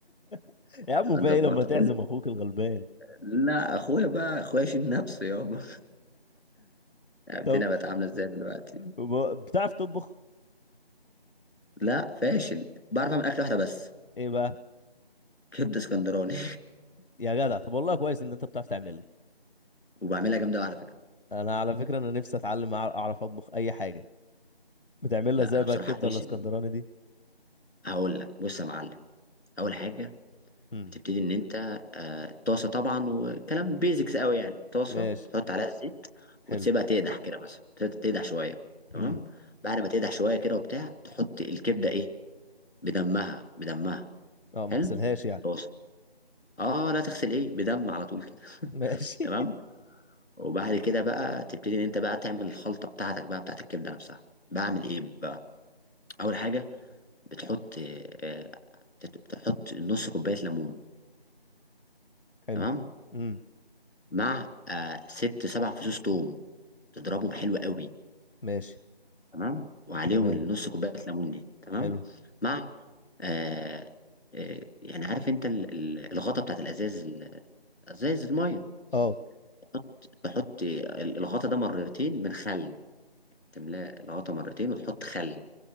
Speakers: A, on the left; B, on the left.
A: <laughs> يا عم
B: نبقى
A: في
B: نظبطها
A: ايه لما تعزم
B: قول
A: اخوك الغلبان
B: لا اخويا بقى اخويا شيل نفسه يابا <laughs> الدنيا
A: طب
B: بقت عامله ازاي دلوقتي
A: ب- بتعرف تطبخ
B: لا فاشل بعرف اعمل اكله واحده بس
A: ايه بقى
B: كبده اسكندراني
A: يا جدع طب والله كويس ان انت بتعرف تعمل
B: <laughs> وبعملها جامده أوي على فكره
A: انا على فكره انا نفسي اتعلم أع- اعرف اطبخ اي حاجه بتعمل
B: لا
A: لها ازاي
B: انا
A: بقى
B: بصراحه
A: الكبده
B: فاشل
A: الاسكندراني دي
B: هقول لك بص يا معلم اول حاجه
A: امم
B: بتبتدي ان انت آه، طاسه طبعا وكلام بيزكس قوي يعني طاسه
A: ماشي
B: تحط عليها الزيت وتسيبها
A: حلو
B: تقدح كده مثلا تسيبها تقدح شويه تمام
A: امم
B: بعد ما تقدح شويه كده وبتاع تحط الكبده ايه بدمها بدمها
A: اه
B: حلو
A: ما اغسلهاش يعني
B: طاسه اه لا تغسل ايه بدم على طول كده
A: ماشي
B: <laughs> تمام وبعد كده بقى تبتدي ان انت بقى تعمل الخلطه بتاعتك بقى بتاعت الكبده نفسها بعمل ايه بقى اول حاجه بتحط آه، بتحط نص كوبايه ليمون
A: <laughs> حلو
B: تمام
A: امم
B: مع آه، ست سبع فصوص توم تضربهم حلو قوي
A: ماشي
B: تمام وعليهم
A: تمام
B: النص كوبايه ليمون دي تمام
A: حلو
B: مع آه آه يعني عارف انت ال- ال- الغطا بتاعت الازاز ال- ازاز الميه
A: اه
B: تحط تحط ال- الغطا ده مرتين من خل تملاه الغطا مرتين وتحط خل